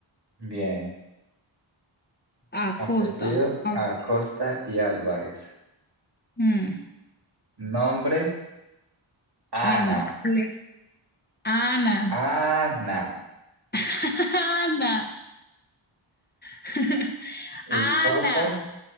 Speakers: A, on the right (about 50°); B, on the left (about 20°).
A: Bien.
B: Acosta.
A: Apellido,
B: Alba-
A: Acosta y Álvarez.
B: mm,
A: Nombre, Ana.
B: Ana. Ale- Ana.
A: Ana.
B: <laughs> Ana. <laughs> Ana.
A: Y cosa,